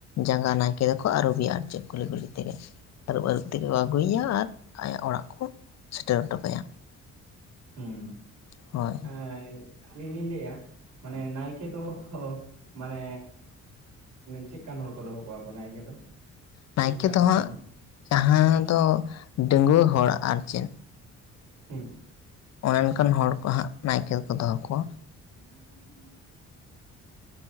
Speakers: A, on the left; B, on the right.
A: ᱡᱟᱸᱜᱟ ᱱᱟᱭᱠᱮ ᱫᱚᱠᱚ ᱟᱹᱜᱩ ᱮᱭᱟ ᱟᱨ ᱪᱮᱫ᱾ ᱠᱩᱞᱦᱤ ᱠᱩᱞᱦᱤ ᱛᱮᱜᱮ ᱟᱹᱨᱩᱵ ᱟᱹᱨᱩᱵ ᱛᱮᱜᱮ
B: ᱟᱪᱪᱷᱟ
A: ᱠᱚ ᱟᱹᱜᱩᱭᱟ ᱟᱨ ᱟᱭᱟᱜ ᱚᱲᱟᱜ ᱠᱚ ᱥᱮᱴᱮᱨ ᱦᱚᱴᱚ ᱠᱟᱭᱟ᱾
B: ᱦᱩᱸ
A: ᱦᱳᱭ
B: ᱮ ᱟᱹᱞᱤᱧ ᱞᱤᱧ ᱞᱟᱹᱭᱮᱼᱟ ᱢᱟᱱᱮ ᱱᱟᱭᱠᱮ ᱫᱚ ᱢᱟᱱᱮᱼᱼ ᱪᱮᱫ ᱠᱟᱱ ᱦᱚᱲ ᱠᱚ ᱫᱚᱦᱚ ᱠᱚᱣᱟ ᱠᱚ ᱱᱟᱭᱠᱮ ᱫᱚ᱾
A: ᱱᱟᱭᱠᱮ
B: ᱪᱮᱫ ᱛᱟᱠᱚ
A: ᱫᱚ ᱦᱟᱸᱜ
B: ᱠᱟᱹᱢᱤ?
A: ᱡᱟᱦᱟᱸ ᱫᱚ ᱰᱟᱹᱜᱩᱭᱟᱹ ᱦᱚᱲ ᱟᱨ ᱪᱮᱫ,
B: ᱦᱩᱸ
A: ᱚᱱᱮ ᱚᱱᱠᱟᱱ ᱦᱚᱲ ᱠᱚ ᱦᱟᱸᱜ ᱱᱟᱭᱠᱮ ᱫᱚᱠᱚ ᱫᱚᱦᱚ ᱠᱚᱣᱟ᱾
B: <unintelligible>